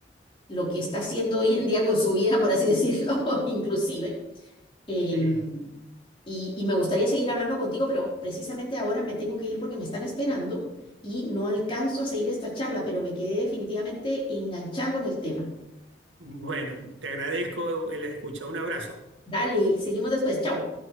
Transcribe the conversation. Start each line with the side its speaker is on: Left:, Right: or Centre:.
Left: lo que está haciendo hoy en día con su vida, por así decirlo, <laughs> inclusive. Em,
Right: Sí.
Left: y, y me gustaría seguir hablando contigo, pero precisamente ahora me tengo que ir porque me están esperando y no alcanzo a seguir esta charla, pero me quedé definitivamente enganchada con el tema.
Right: Bueno, te agradezco la escucha. Un abrazo.
Left: Dale, seguimos después. Chao.